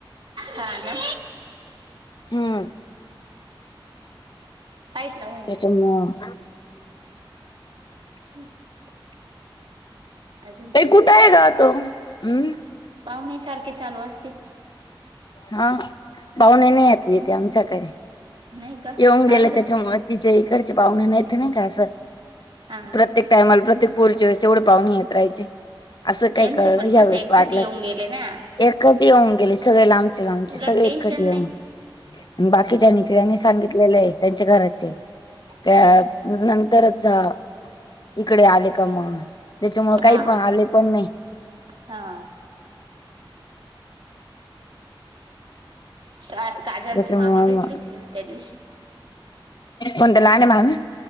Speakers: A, on the right (about 75°); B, on the left (about 55°).
A: हा ना.
B: हम्म.
A: साईड ला होईना.
B: तुमो <inaudible>
A: <inaudible> अजून काही
B: ए कुठे आहे ग तो हम्
A: पाहुणे सारखे चालू असते.
B: हा पाहुणे नाही आहेत येते आमच्याकडे.
A: नाही का
B: येऊन
A: का
B: गेले
A: बरं
B: त्याच्यामुळे. तिच्या इकडचे पाहुणे नाहीेत नाही का असं
A: हा
B: प्रत्येक टायमाला प्रत्येक पोरीच्या वेळेस एवढं पाहुणे येत राहायचे असं काय
A: त्यांचे
B: कळलं
A: पण
B: ह्या
A: कसे
B: वेळेस
A: एकखटी
B: वाटलस
A: येऊन गेले ना
B: एकटी येऊन गेले सगळे लांबचे लांबचे
A: उलट
B: सगळे
A: टेन्शन
B: एकटी येऊन
A: नाही.
B: बाकीच्यांनी त्यांनीच सांगितलेलं आहे त्यांच्या घराचे कया
A: हा
B: नंतरच जा. इकडे आले का म त्याच्यामुळ काही
A: हा
B: पण आले पण नाही.
A: हा. तर काजलची
B: त्याच्यामुळे
A: मामी भेटली होती ना त्या दिवशी.
B: कोणते लहाने मामा.